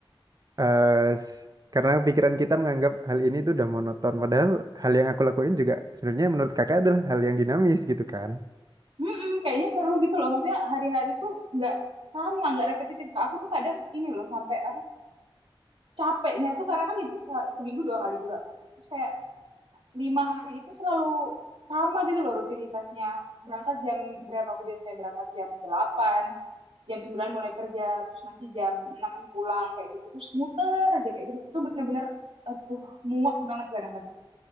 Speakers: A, on the right (about 45°); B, on the right (about 85°).
A: eh, s- karena pikiran kita menganggap hal ini tuh udah monoton. Padahal hal yang aku lakuin juga sebenarnya menurut kakak adalah hal yang dinamis gitu kan.
B: <laughs> Mm-mm, kayaknya seru gitu loh maksudnya hari-hari tuh nggak sama nggak repetitif aku tuh kadang ini loh sampai apa capeknya tuh karena kan libur se- seminggu dua kali juga kan terus kayak lima hari itu selalu sama gitu loh rutinitasnya. Berangkat jam berapa aku biasanya berangkat jam delapan jam 9 mulai kerja, terus nanti jam 6 pulang kayak gitu. Terus muter aja kayak gitu. Itu bener-bener aduh muak banget kadang-kadang.